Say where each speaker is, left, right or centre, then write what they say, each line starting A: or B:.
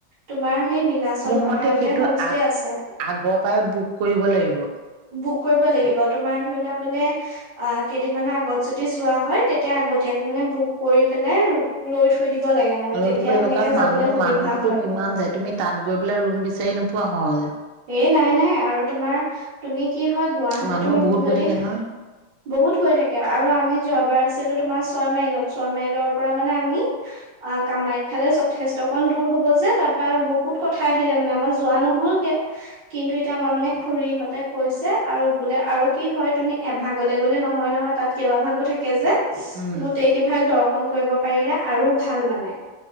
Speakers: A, on the right; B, on the right.
A: তোমাৰ সেই নীলাচল
B: মোৰ
A: পাহাৰতে
B: মতে সেইটো
A: হোমষ্টে
B: আগ
A: আছে।
B: আগৰ পৰাই বুক কৰিব লাগিব।
A: বুক কৰিব লাগিব তোমাৰ ধৰি লোৱা বোলে অ', কেইদিনমান আগত যদি যোৱা হয় তেতিয়া আগতীয়াকৈ মানে বুক কৰি পেলাই ৰোম লৈ থৈ দিব লাগে মানে
B: লৈ
A: তেতিয়া
B: থব লাগিব
A: তেনেকে
B: কাৰণ
A: যাবলৈ
B: মানুহ
A: সুবিধা
B: -মানুহতোতো
A: হয়
B: কিমান যায় তুমি তাত গৈ পেলাই ৰুম বিচাৰি নোপ পোৱা হয়।
A: এ', নাই -নাই আৰু তোমাৰ তুমি কি হয় গুৱাহাটী
B: মানুহ
A: তুমি
B: বহুত
A: যদি,
B: গৈ থাকে নহয়।
A: বহুত গৈ থাকে আৰু আমি যোৱা এবাৰ আছিলো তোমাৰ ছয় মাইলত ছয়মাইলৰ পৰা মানে আমি অ কামাখ্যালৈ যথেষ্ট কন দূৰ হব যে তাৰ পৰা বহুত কথা আহিলে মানে আমাৰ যোৱা নহলগে। কিন্তু এতিয়া আমাৰ মানে খুৰীহঁতে কৈছে আৰু বোলে আৰু কি হয় তুমি এভাগলে গ'লে নহয় নহয় তাত কেইবা ভাগো থাকে যে।
B: উম।
A: গোটেই কিভাগ দক ন' কৰিব পাৰিলে আৰু ভাল মানে?